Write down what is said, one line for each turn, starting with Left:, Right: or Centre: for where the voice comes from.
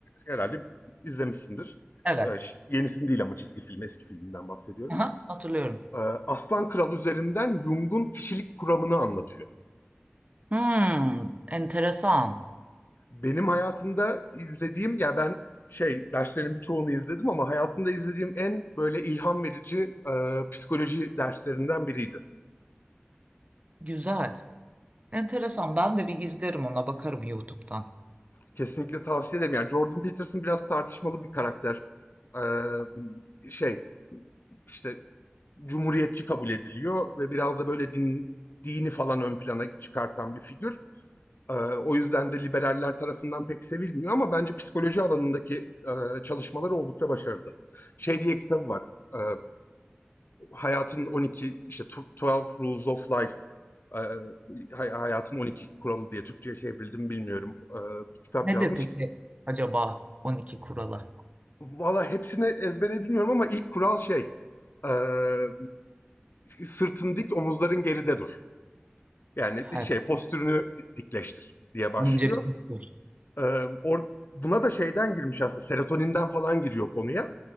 Left: herhalde izlemişsindir.
Right: evet.
Left: E, ş- Yenisini değil ama çizgi film, eski filminden bahsediyorum.
Right: Aha, hatırlıyorum.
Left: E, Aslan Kral üzerinden Jung'un kişilik kuramını anlatıyor.
Right: Hmm, enteresan.
Left: Benim hayatımda izlediğim, ya ben şey derslerin birçoğunu izledim ama hayatımda izlediğim en böyle ilham verici e, psikoloji derslerinden biriydi.
Right: Güzel. Enteresan. Ben de bir izlerim ona bakarım YouTube'dan.
Left: Kesinlikle tavsiye ederim. Yani Jordan Peterson biraz tartışmalı bir karakter. Ee, şey işte cumhuriyetçi kabul ediliyor ve biraz da böyle din, dini falan ön plana çıkartan bir figür. Ee, o yüzden de liberaller tarafından pek sevilmiyor ama bence psikoloji alanındaki e, çalışmaları oldukça başarılı. Şey diye kitabı var. Ee, hayatın 12 işte Twelve Rules of Life e, hay- hayatın 12 kuralı diye Türkçe'ye çevrildi mi bilmiyorum. E, bir kitap
Right: Nedir
Left: yazmış.
Right: peki acaba 12 kuralı?
Left: Valla hepsini ezbere bilmiyorum ama ilk kural şey, eee, sırtın dik, omuzların geride dur. Yani
Right: Evet.
Left: şey, postürünü dikleştir diye başlıyor.
Right: Önce bir dur.
Left: Eee, or- buna da şeyden girmiş aslında, serotoninden falan giriyor konuya.